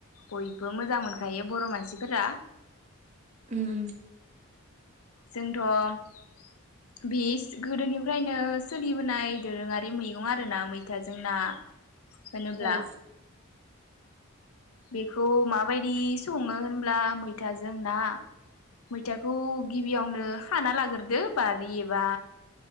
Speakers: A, on the left; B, on the right.
A: बयबो मोजां मोनखायो बर' मानसिफोरा
B: उम उम
A: जोंथ' बे गोदोनिफ्रायनो सोलिबोनाय दोरोङारि मैगं आरोना मैथाजों ना होनोब्ला
B: औ
A: बेखौ माबायदि सङो होनब्ला मैथाजों ना मैथाखौ गिबियावनो खाना लाग्रोदो बारि एबा